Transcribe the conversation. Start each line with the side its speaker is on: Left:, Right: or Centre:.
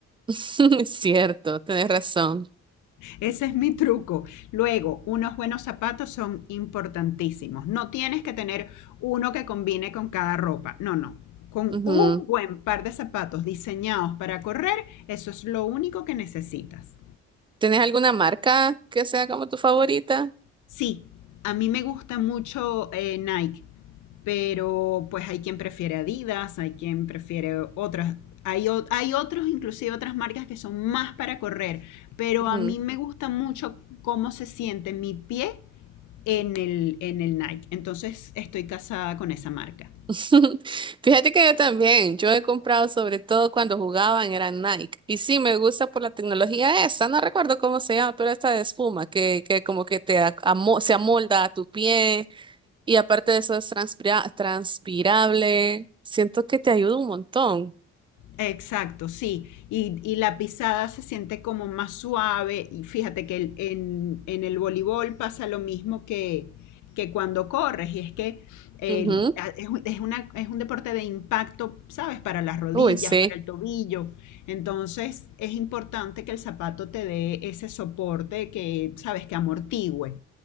Right: <laughs> Cierto, tenés razón.
Left: Ese es mi truco. Luego, unos buenos zapatos son importantísimos. No tienes que tener uno que combine con cada ropa. No, no. Con
Right: Ujú.
Left: un buen par de zapatos diseñados para correr, eso es lo único que necesitas.
Right: ¿Tenés alguna marca que sea como tu favorita?
Left: Sí, a mí me gusta mucho eh, Nike, pero pues hay quien prefiere Adidas, hay quien prefiere otras. Hay, o- hay otros, inclusive otras marcas que son más para correr, pero
Right: Ujú.
Left: a mí me gusta mucho cómo se siente mi pie en el, en el Nike. Entonces estoy casada con esa marca.
Right: <laughs> Fíjate que yo también, yo he comprado sobre todo cuando jugaban, era Nike. Y sí, me gusta por la tecnología esta, no recuerdo cómo se llama, pero esta de espuma que, que como que te a- amo- se amolda a tu pie y aparte de eso es transpira- transpirable. Siento que te ayuda un montón.
Left: Exacto, sí. Y, y la pisada se siente como más suave. Y fíjate que el- en, en el voleibol pasa lo mismo que, que cuando corres. Y es que el-
Right: Ujú.
Left: a- es, un- es una, es un deporte de impacto, ¿sabes? Para las rodillas,
Right: Uy, sí.
Left: para el tobillo. Entonces es importante que el zapato te dé ese soporte que, ¿sabes? Que amortigüe.